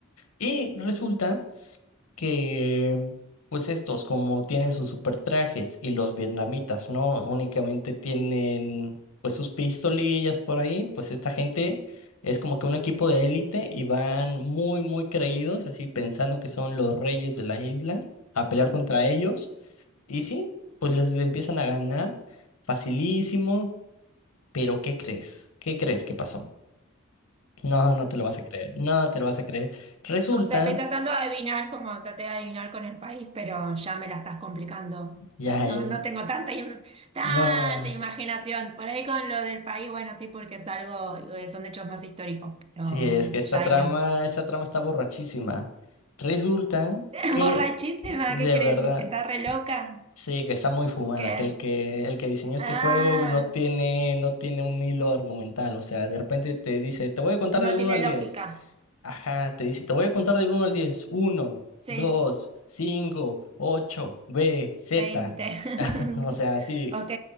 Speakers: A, on the left; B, on the right.
A: Y resulta que pues estos como tienen sus super trajes y los vietnamitas no únicamente tienen pues sus pistolillas por ahí, pues esta gente es como que un equipo de élite y van muy muy creídos, así pensando que son los reyes de la isla a pelear contra ellos y sí, pues les empiezan a ganar facilísimo, pero ¿qué crees? ¿Qué crees que pasó? No, no te lo vas a creer, no te lo vas a creer. Resulta,
B: no sé, estoy tratando de adivinar, como traté de adivinar con el país, pero ya me la estás complicando. O
A: ya,
B: sea, no,
A: ya,
B: no tengo tanta, im- tanta
A: no.
B: imaginación. Por ahí con lo del país, bueno, sí, porque es algo, eh, son hechos más históricos, pero
A: Sí, es que esta
B: ya
A: trama,
B: ahí no.
A: esta trama está borrachísima. Resulta
B: <laughs>
A: que
B: Borrachísima,
A: de
B: ¿qué quiere
A: verdad,
B: decir? ¿Que está re loca?
A: sí, que está muy fumada,
B: ¿Qué
A: que
B: es?
A: el que el que diseñó
B: Ah,
A: este juego no tiene no tiene un hilo argumental, o sea, de repente te dice, "Te voy a contar
B: no
A: del
B: tiene
A: uno al
B: lógica.
A: diez. Ajá, te dice, "Te voy a contar del uno al diez. Uno,
B: Sí.
A: dos, cinco, ocho, B, Z.
B: Veinte,
A: <laughs> O sea,
B: <laughs>
A: sí,
B: Ok,